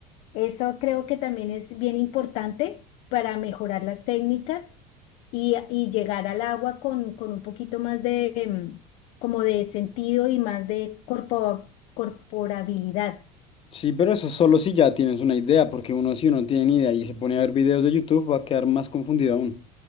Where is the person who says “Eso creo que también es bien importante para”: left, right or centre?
Left